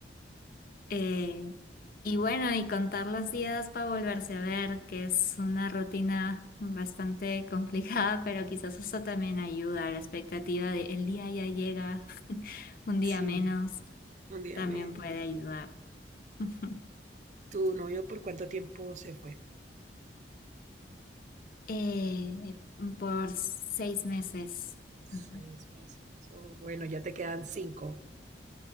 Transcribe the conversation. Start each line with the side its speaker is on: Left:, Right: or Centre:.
Left: eh, y bueno, y contar los días para volverse a ver, que es una rutina bastante <laughs> complicada, pero quizás eso también ayuda, la expectativa de el día ya llega, <laughs> un día
Right: Sí.
Left: menos,
Right: Un día
Left: también
Right: menos.
Left: puede ayudar. <laughs>
Right: ¿Tu novio por cuánto tiempo se fue?
Left: Eh, por seis meses.
Right: Seis
Left: Ujú.
Right: meses. Oh, bueno, ya te quedan cinco.